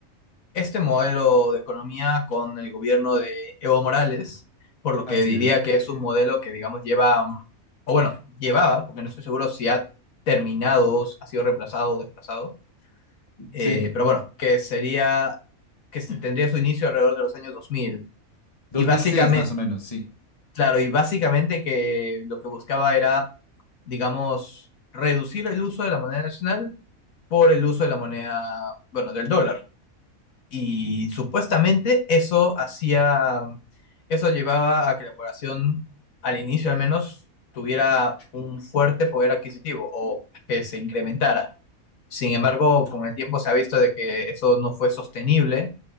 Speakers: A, on the left (about 70°); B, on the left (about 25°).
A: este modelo de economía con el gobierno de Evo Morales, por lo
B: Así
A: que diría
B: es.
A: que es un modelo que, digamos, lleva, mm, o bueno, llevaba, porque no estoy seguro si ha terminado, si ha sido reemplazado o desplazado, eh,
B: Sí,
A: pero bueno, que sería, que se- tendría su inicio alrededor de los años 2000.
B: dos
A: Y básicamente,
B: mil seis más o menos, sí.
A: Claro, y básicamente que lo que buscaba era, digamos, reducir el uso de la moneda nacional por el uso de la moneda, bueno, del dólar. Y supuestamente eso hacía, eso llevaba a que la población, al inicio al menos, tuviera un fuerte poder adquisitivo o que se incrementara. Sin embargo, con el tiempo se ha visto de que eso no fue sostenible